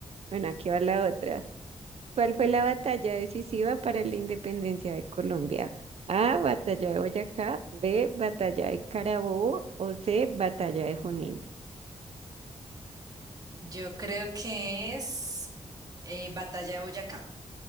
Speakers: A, on the right (about 60°); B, on the right (about 35°).
A: Bueno, aquí va la otra. ¿Cuál fue la batalla decisiva para la independencia de Colombia? A, batalla de Boyacá, B, batalla de Carabobo o C, batalla de Junín.
B: Yo creo que es eh, Batalla de Boyacá.